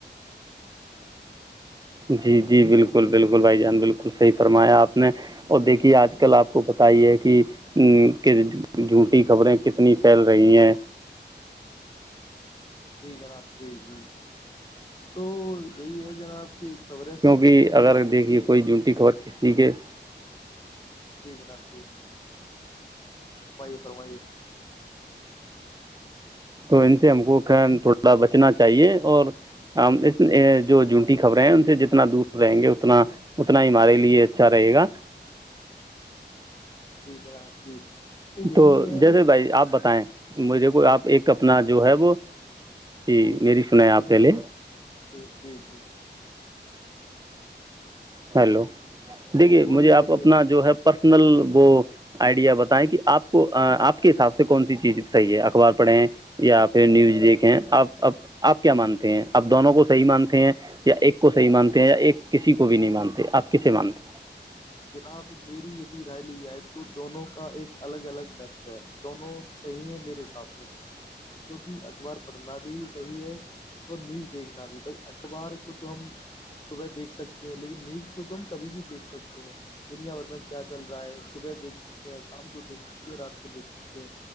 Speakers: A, on the right (about 20°); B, on the left (about 25°).
A: جی جی بالکل بالکل بھائی جان بالکل بالکل صحی فرمایاپ میں اور دیکھیے آج کل آپ کو کہ جھوٹی خبریں کتنی پھیل رہی ہیں
B: جی جناب جی جی تو یہی ہے جناب کی خبریں
A: کیونکہ
B: صرف سنیے
A: اگر
B: یا
A: دیکھیے کوئی
B: نہیں
A: جونٹی خبر کس ٹھیک ہے
B: جی جینا جی فرمائیے فرمائیے
A: تو ان سے ہم کو تھوڑا بچنا چاہیے اور ہم اس جو جونٹی خبریں ہیں ان سے جتنا دور رہیں گے اتنا اتنا ہی ہمارے لیے اچھا رہے گا
B: جی جناب جی یہی
A: تو
B: ہے
A: جیسے بھائی آپ بتائیں مجھے کو آپ ایک اپنا جو ہے وہ جی میری سنایں آپ پہلے
B: جی جی جی
A: ہیلو دیکھیے
B: بولیے
A: مجھے
B: بولیے
A: آپ اپنا جو ہے پرسنل وہ آئیڈیا بتائیں کہ آپ کو آپ کے حساب سے کون سی چیز صحیح ہے اخبار پڑھیں یا پھر نیوز دیکھیں آپ آپ کیا مانتے ہیں آپ دونوں کو صحیح مانتے ہیں یا ایک کو صحیح مانتے ہیں یا ایک کسی کو بھی نہیں مانتے آپ کسے مانتے
B: جناب میری رائے لی جائے تو دونوں کا ایک الگ الگ مہتر ہے دونوں صحیح ہیں میرے حساب سے کیونکہ اخبار پڑھنا بھی صحیح ہے اور نیوز دیکھنا بھی بھائی اخبار کو تو ہم صبح دیکھ سکتے ہیں لیکن نیوج کو تو ہم کبھی بھی دیکھ سکتے ہیں دنیا بھر میں کیا چل رہا ہے صبح دیکھ سکتے ہیں شام کو دیکھ سکتے ہیں رات کو دیکھ سکتے ہیں